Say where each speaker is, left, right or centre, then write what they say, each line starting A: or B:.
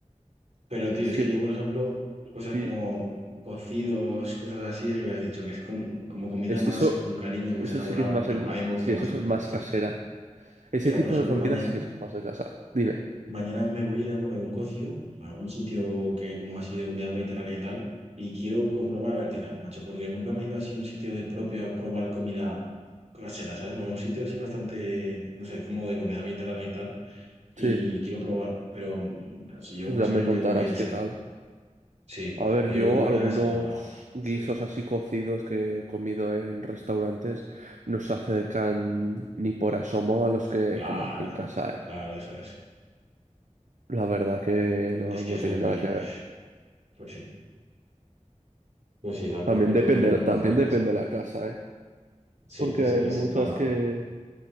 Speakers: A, on the right (about 65°); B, on the right (about 75°).
A: Pero, tío,
B: Es
A: es
B: que
A: que yo, por ejemplo, cosas
B: sí,
A: como cocidos, cosas así, es lo que has dicho, que es como, como comida
B: es,
A: más
B: eso,
A: con cariño, más
B: eso
A: elaborado,
B: sí que es más,
A: pues me-
B: en-
A: a mí me gusta
B: sí,
A: más
B: eso es
A: en casa,
B: más
A: tío.
B: casera. Ese
A: Mira,
B: tipo
A: por ejemplo,
B: de comida
A: mañana,
B: sí que son más de casa. Dime.
A: mañana me voy a ir a comer un cocido a un sitio que hay como así de comida mediterránea y tal, y quiero comprobar a ver qué tal, macho, porque nunca me he ido así a un sitio de propio a probar comida casera, ¿sabes? Me voy a un sitio así bastante, no sé, como de comida mediterránea y tal, y
B: Sí,
A: quiero probar, pero mm, así yo
B: pues
A: más
B: ya me
A: o menos
B: contarás
A: yo creo que ya sé.
B: qué tal.
A: Sí,
B: A ver,
A: pero
B: yo
A: yo creo que en verdad
B: algunos
A: será...
B: guisos
A: Sí.
B: así cocidos que he comido en restaurantes no se acercan ni por asomo a los que
A: Claro,
B: como aquí en casa, ¿eh?
A: claro, eso es.
B: La verdad que no,
A: Es que
B: no
A: eso
B: tiene
A: es muy...
B: nada que ver.
A: Pues sí, pues sí, tal
B: También
A: cual. Yo
B: depende,
A: creo que me- lo
B: también
A: mejor en
B: depende
A: casa.
B: de la casa, ¿eh?
A: Sí,
B: Porque
A: es,
B: hay
A: es
B: muchas
A: lo mejor.
B: que...